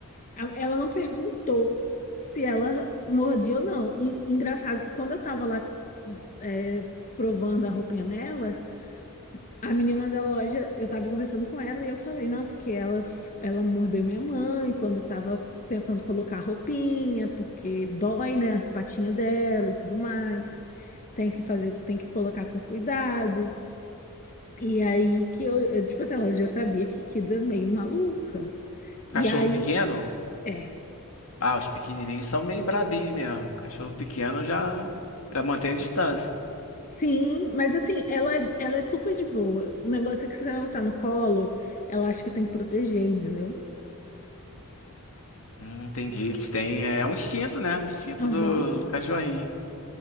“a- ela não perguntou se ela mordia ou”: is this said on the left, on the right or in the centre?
Left